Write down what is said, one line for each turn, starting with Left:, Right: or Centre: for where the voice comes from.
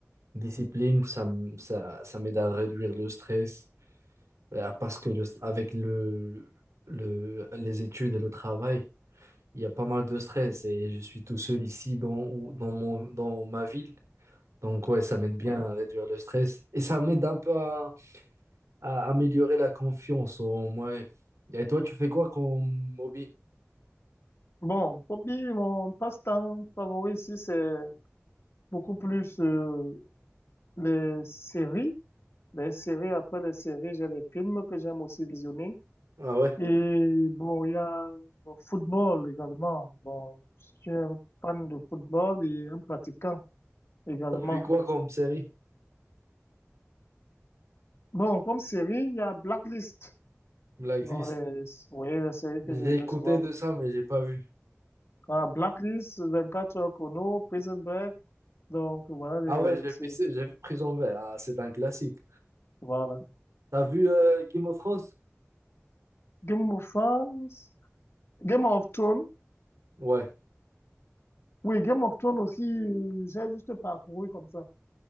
Right: discipline, ça, m- ça, ça m'aide à réduire le stress, Euh, parce que le- avec le, le, les études et le travail, il y a pas mal de stress et je suis tout seul ici dans, dans mon, dans ma ville. Donc ouais, ça m'aide bien
Left: Oui.
Right: à réduire le stress et ça m'aide un peu à, à améliorer la confiance en moi-même. Et toi, tu fais quoi comme hobby?
Left: Bon, hobby, mon passe-temps favori ici, c'est beaucoup plus, euh, les séries. Les séries, après les séries, j'ai les films que j'aime aussi visionner.
Right: Ah ouais,
Left: Et bon, il y a le football également. Bon, je suis un fan de football et un pratiquant également.
Right: t'as vu quoi comme série?
Left: Bon, comme série, il y a Blacklist.
Right: Blacklist.
Left: Dans les, vous voyez les séries que
Right: J'ai
Left: j'aimais
Right: écouté
Left: souvent.
Right: de ça, mais j'ai pas vu.
Left: Ah, Blacklist, 24 heures chrono, Prison Break. Donc, voilà
Right: Ah
Left: les
Right: ouais, j'ai
Left: séries.
Right: vu, j'ai vu Prison Break. Ah, c'est un classique.
Left: Voilà.
Right: T'as vu euh, Game of Thrones?
Left: Game of thrones Game of Thrones.
Right: Ouais.
Left: Oui, Game of Thrones aussi, euh, j'ai juste parcouru comme ça.